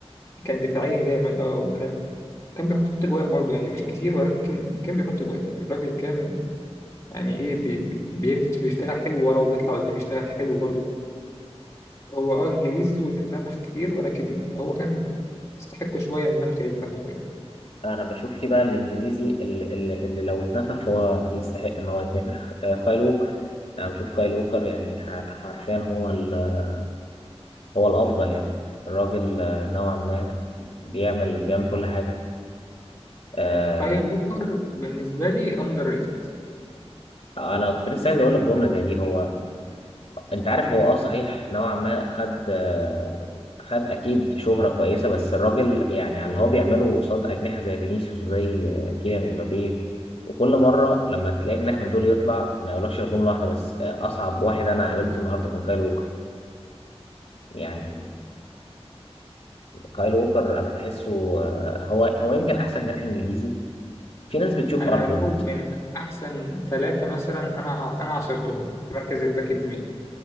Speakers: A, on the left; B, on the left.
A: كان دفاعيا جامد اه وكان كان بيحط جوان برضه يعني مش كتير ولكن كان بيحط جوان الراجل كان يعني ايه بي بي- بيمشي بيشتغل حلو ورا وبيطلع قدام يشتغل حلو برضه هو اه انجليزي واتنفخ كتير ولكن هو كان يستحق شويه من النفخ اللي اتنفخه يعني
B: انا بشوف في بقى الانجليزي اللي, اللي لو اتنفخ فهو يستحق ان هو يتنفخ آه، كايل ووكر انا بشوف كايل ووكر يعني ح- حرفيا هو ال- هو الافضل يعني الراجل آه، نوعا ما بيعمل بيعمل كل حاجه آه،
A: فهي الوتر بالنسبه لي اندر ريتد
B: انا كنت لسه عايز اقول لك جمله زي دي هو انت عارف هو اه صحيح نوعا ما خد آه، خد اكيد شهرة كويسة بس الراجل يعني على اللي هو بيعمله قصاد اجنحة زي فينيسيوس وزي آه، كيليان امبابي وكل مرة لما تلاقي جناح من دول يطلع ما يقولكش غير جملة واحدة بس آه، اصعب واحد انا قابلته النهاردة كان كايل ووكر يعني كايل ووكر انا بحسه آه، هو هو يمكن احسن جناح انجليزي في ناس بتشوف
A: انا
B: ارنولد
A: له من احسن ثلاثه مثلا انا انا عاصرتهم في مركز الباك اليمين